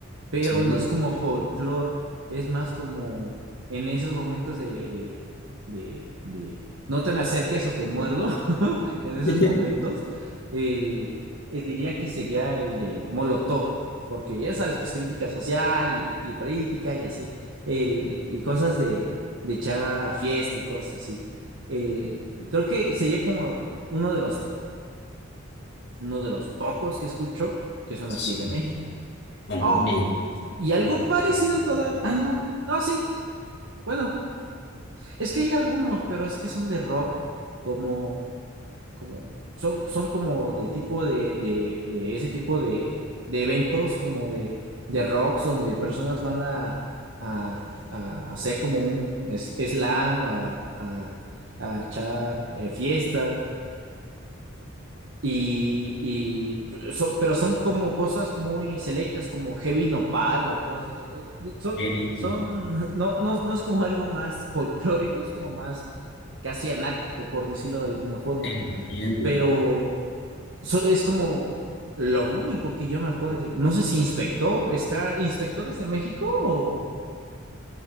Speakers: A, on the right; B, on the left.
A: pero
B: Sí.
A: no es como folclore, es más como en esos momentos de, de, de, de no te me acerques o te muerdo, <laughs> en esos
B: <laughs>
A: momentos, el, eh, diría que sería el de Molotov, porque ya sabes, pues crítica social y, y política y así, el, y cosas de, de echar fiesta y cosas así. El, creo que sería como uno de los, uno de los pocos que escucho que son
B: Sí.
A: aquí de México.
B: Hombre,
A: Oh, y algo parecido todavía. Ah, no. No, sí. Bueno, es que hay algunos, pero es que son de rock, como, como, son, son como de tipo de, de, de ese tipo de, de eventos, como de, de rocks, donde personas van a, a, a hacer como un es- slam, a, a- a echar eh, fiesta, Y, y son, pero son como cosas muy selectas, como Heavy Nopal o cosas. eh, Son,
B: ok,
A: son, <laughs> no, no, no es como algo más folclórico, es como más casi anárquico, por decirlo de alguna forma.
B: entiendo.
A: Pero so- es como lo único que yo me acuerdo. No sé si Inspector, Ska, ¿Inspectores de México o